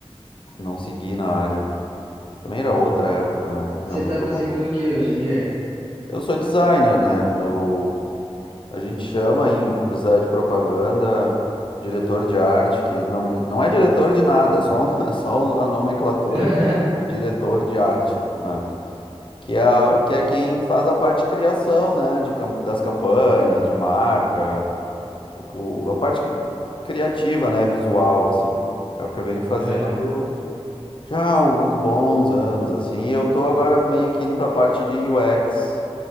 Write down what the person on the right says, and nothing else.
Você
está fazendo o que hoje em dia?
<laughs>
Aham.